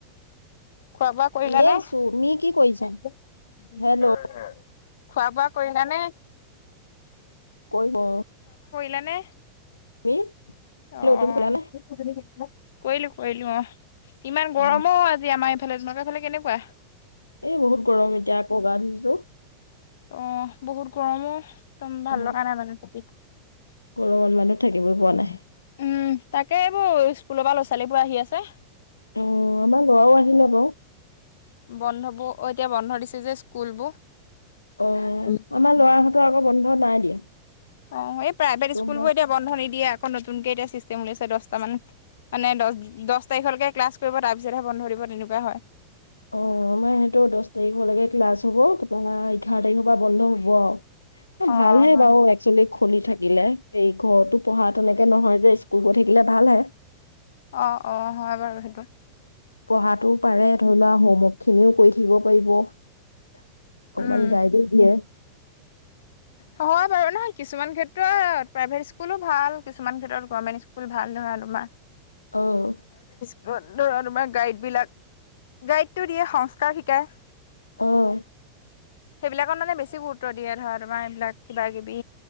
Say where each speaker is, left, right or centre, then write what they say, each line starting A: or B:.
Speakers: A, on the left (about 60°); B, on the left (about 80°).
A: খোৱা বোৱা কৰিলা
B: এনে
A: নে?
B: আছো তুমি কি কৰিছা
A: খোৱা
B: হেল্ল'
A: বোৱা কৰিলানে?
B: কৰিব অ'।
A: লানে
B: <inaudible> হেল্ল'
A: অ',
B: তুমি কলা নে
A: কৰিলোঁ কৰিলোঁ অ', ইমান
B: অ
A: গৰম ঔ, আজি আমাৰ এইফালে তোমালোকৰ ফালে কেনেকুৱা?
B: এ, বহুত গৰম এতিয়া আকৌ গা ধুইছো।
A: অ', বহুত গৰম অ। একদম ভাল
B: অ
A: লগা নাই মানে চকিত
B: গৰমত মানুহ থাকিবই পোৱা
A: <unintelligible>
B: নাই
A: উম, তাকে এইবোৰ স্কুলৰ পৰা ল'ৰা ছোৱালীবোৰ আহি আছে।
B: অ', আমাৰ লৰাও আহিলে বাৰু।
A: বন্ধবো অ, এতিয়া বন্ধ দিছে যে স্কুলবোৰ।
B: অ',
A: এই
B: আমাৰ লৰাহঁতৰ আকৌ বন্ধ নাই দিয়া।
A: অ', এই প্ৰাইভেট
B: তোমাৰ
A: স্কুলবোৰ এতিয়া বন্ধ নিদিয়ে। আকৌ নতুনকে এতিয়া চিচ তেম লৈছে দশটামান, মানে দশ-দশ তাৰিখলৈকে ক্লাছ কৰিব। তাৰ পিছতহে বন্ধ দিব তেনেকুৱা হয়।
B: অ', আমাৰ এহেঁতৰো দশ তাৰিখলৈকে ক্লাছ হব, তাপা এঘাৰ তাৰিখৰ পৰা বন্ধ হ'ব আৰু।
A: অ
B: ভালহে
A: হয়।
B: বাৰু একচোৱেলি খুলি থাকিলে, এই ঘৰতো পঢ়া তেনেকে নহয় যে স্কুল গৈ থাকিলে ভাল হে।
A: অ', অ', হয় বাৰু সেইট
B: পঢ়াটোও পাৰে, ধৰি লোৱা হোমৱৰ্ক খিনিও কৰি থাকিব পাৰিব। অকমান
A: উম
B: গাইডো দিয়ে।
A: হয় বাৰু নহয় কিছুমান ক্ষেত্ৰ প্ৰাইভেট স্কুলো ভাল কিছুমান ক্ষেত্ৰত গৰ্ভমেন্ট স্কুল ভাল, ধৰা মা
B: অ',
A: ধৰা তোমাৰ গাইড বিলাক, গাইডটো দিয়ে সংস্কাৰ শিকাই।
B: অ',
A: সেইবিলাকত মানে বেছি গুৰুত্ব দিয়ে ধৰা তোমাৰ এইবিলাক কিবা কিবি